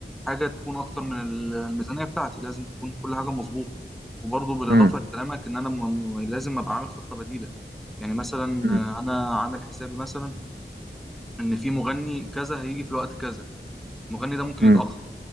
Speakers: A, in the centre; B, on the right.
A: حاجة تكون أكتر من ال- الميزانية بتاعتي لازم تكون كل حاجة مظبوطة وبرضه بالإضافة
B: امم
A: لكلامك إن أنا م- م- لازم أبقى عامل خطة بديلة يعني مثلا
B: امم
A: آه، أنا عامل حسابي مثلا إن في مغني كذا هيجي في الوقت كذا المغني ده ممكن
B: امم
A: يتأخر